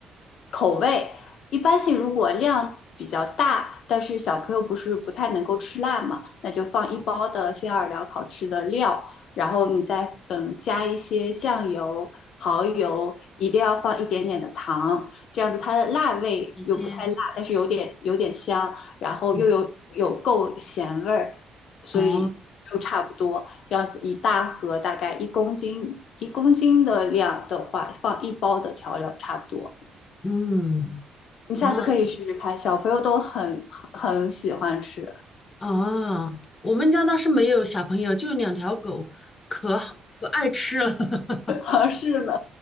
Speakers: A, on the left; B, on the left.
A: 口味，一般性如果量比较大，但是小朋友不是不太能够吃辣嘛，那就放一包的新奥尔良烤翅的料，然后你再嗯加一些酱油、蚝油，一定要放一点点的糖，这样子它的辣味又不太辣，
B: 一些，
A: 但是有点有点香，然后又有有够咸味儿，
B: 嗯，
A: 所以就差不多。
B: 哦，
A: 要是一大盒大概一公斤，一公斤的量的话，放一包的调料差不多。
B: 嗯，
A: 你下次可以试试看，
B: 嗯，
A: 小朋友都很很很喜欢吃。
B: 哦，我们家倒是没有小朋友，就两条狗，可好可爱吃了。<laughs>
A: 而是呢，